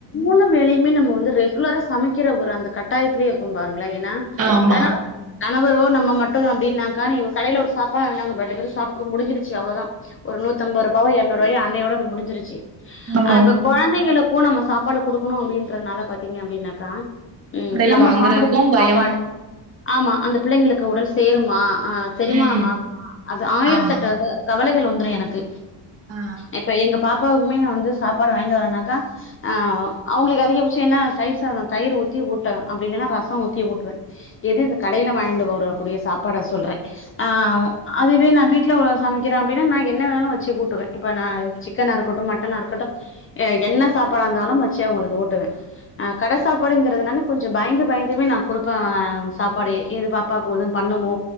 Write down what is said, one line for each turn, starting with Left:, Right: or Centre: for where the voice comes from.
Left: மூணு வேளயுமே நம்ம வந்து ரெகுலரா சமக்கிற ஒரு அந்த கட்டாயத்திலே இருக்கொம் பாரு இல்லைங்கனா
Right: ஆமா.
Left: கணவ <inaudible> கணவரோ நம்ம ம ட்டு அப்டின்னாக்கா நீங்க ஒ கடைல ஒரு சாப்பாடு வாங்கினாங்கப்பா ரெண்டு பேரு சாப்ட்ருவொ முடுஞ்சிருச்சி அவ்ளொ தா ஒரு நூத்தம்பருபாவோ எற்நூருவாயோ அ ன்னயோட அது முடுஞ்சிருச்சு
Right: ஆமா.
Left: ஆ இப்ப கொழந்தைங்களுக்கு நம்ம சாப்பாடு குடுக்கணு அப்டின்றதுனால பாத்தீங்க அப்டின்னாக்கா ம்
Right: கடைல
Left: நம்ம
Right: வாங்குறதுக்கு
Left: சாப்புட்றதுக்
Right: பயம்
Left: சாப்பாடு ஆமா அந்த பிள்ளங்களுக்கு உடல் சேருமா ஆ செரிமானம்
Right: ம்
Left: ஆகுமா அது ஆயிரத்தெட்டு
Right: ஆமா
Left: கவலைகள் வ ந்துரு எனக்கு
Right: ஆ
Left: இப்ப எங்க பாப் பாவுக்குமே நா வந்து சாப்பாடு வாங்கிட்டு வரேன்னாக்கா ஆ அவுங்களுக்கு அதிகபட்ச என்னா தயிர் சாத தயிர் ஊத்தி ஊட்டுவே அப்டி இல்லனா ரச ஊத்தி ஊட்டுவே எது இந்த கடைல வாங்கிண்டு வர கூடிய சாப்பாட சொல்றே ஆ அதுவே நா வீட்ல சமக்கிறே அப்டின்னா நா என்ன வேணாலு வச்சு ஊட்டுவெ இப்ப நா சிக்கனா இருக்கட்டு மட்டனா இருக்கட்டு என்ன சாப்பாடா இருந்தாலும் வச்சு அவுங்களுக்கு ஊட்டுவே அ கட சாப்பாடுங்கிறதுனால கொஞ்ச பயந்து பயந்துமே நா குடுப்ப சாப்பாடயெ இது பாப்பா க்கு எதும் பண்ணுமோ